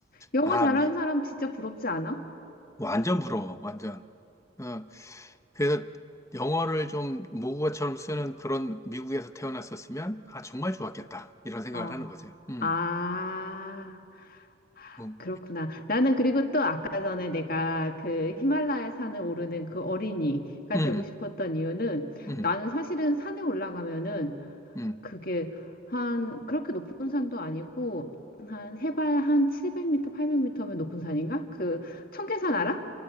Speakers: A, on the left; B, on the left.
A: 영어
B: 아,
A: 잘하는
B: 미-
A: 사람 진짜 부럽지 않아?
B: 완전 부러워, 완전. 어, 그래서 영어를 좀 모국어처럼 쓰는 그런 미국에서 태어났었으면, 아, 정말 좋았겠다. 이런 생각을
A: 어.
B: 하는 거죠. 음,
A: 아,
B: 음,
A: 그렇구나. 나는 그리고 또 아까 전에 내가 그 히말라야 산을 오르는 그 어린이가
B: 음,
A: 되고 싶었던 이유는
B: 음.
A: 나는 사실은 산에 올라가면은
B: 음.
A: 그게 한 그렇게 높은 산도 아니고 한 해발 한 700m, 800m면 높은 산인가? 그 청계산 알아?